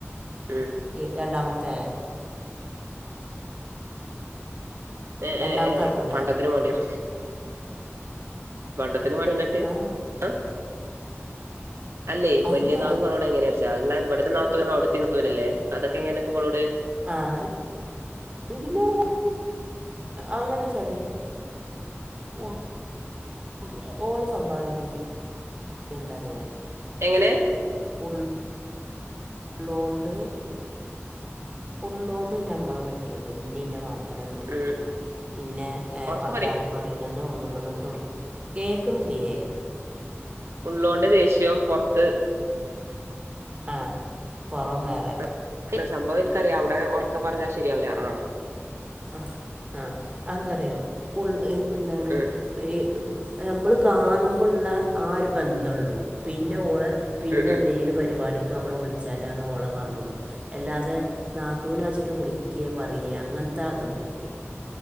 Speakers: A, on the right (about 70°); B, on the right (about 25°).
A: ഉം
B: ഇ രണ്ടാമത്തെ
A: എ
B: രണ്ടാമത്തെ
A: എ എ
B: നാത്തൂനാ
A: പണ്ടത്തിനുംവാണ്ടിയോ പണ്ടത്തിന് വാണ്ടിയൊന്നിട്ട്
B: ആ
A: ആഹ് അല്ലെയ്
B: അല്ല
A: വല്ല്യ നാത്തുങ്ങളോടെങ്ങനെ അത്ങ്ങനെ ഇവടത്തെ നാത്തൂനും അവ്ട്തേം നാത്തൂനല്ലേ അതൊക്കെങ്ങനെ ഇങ്ങളോട്?
B: ആഹ് <unintelligible> അങ്ങനെ ചെല ഓ... ഉം ഓളെ സ്വഭാവ രീതി എന്തറിയോ
A: എങ്ങനെ?
B: ഉള്ള് ഉള്ളോണ്ട് ഉള്ളോണ്ട് ഞമ്മളെ പറ്റൂല ഇന്നേം ന്റെ മാപ്പളനേം ഓനെന്നുമൊറ്റും
A: ഉം
B: പിന്നേ
A: ഒറക്കെ
B: വർത്താനം
A: പറയ്
B: പറ പറയിണതും മുണ്ട്ണതും കേക്ക്‌ണില്ലേ...
A: ഉള്ളോണ്ട് ദേഷ്യം പൊറത്ത്
B: ആഹ് പൊറംവേറ
A: ആഹ് സംഭവം ഇൻക്കറിയാ അവുടെ ഒറക്കപറഞ്ഞാ ശെരിയാവൂല ആഹ്
B: അ അ അതെന്താറിയോ ഉൾഎപ്പെന്താണ്
A: ഉം
B: ഇ പൊഹൊ ഞമ്മള് കാണുമ്പള്ള ആ ഒരു ബന്തൊള്ളൂ പിന്നെ ഓലെ പിന്നന്തേലും
A: ഉം ഉം ഉം
B: പരിപാടിക്കമ്മള് വിളിച്ചാലാണ് ഓളെ കാണൊള്ളൂ.. അല്ലാതെ നാത്തൂനാച്ച് ട്ട് വിളിക്കെ പറയേ അങ്ങനത്താതൊന്നൂല്ല്യാ